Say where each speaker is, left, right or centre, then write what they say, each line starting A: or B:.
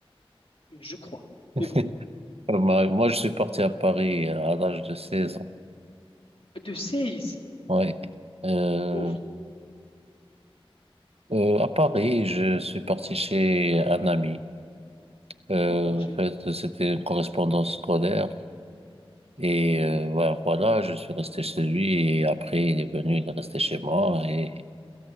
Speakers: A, on the left (about 70°); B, on the right (about 85°).
A: Je crois.
B: <laughs>
A: Mais bon,
B: Alors, Moi, moi, je suis parti à Paris euh, à l'âge de 16 ans.
A: de 16.
B: Oui. Euh,
A: Oh,
B: euh, à Paris, je suis parti chez un ami. Euh,
A: oh, parfait.
B: en fait, c'était une correspondance scolaire. Et euh, voilà, voilà, je suis resté chez lui. Et après, il est venu, il est resté chez moi. Et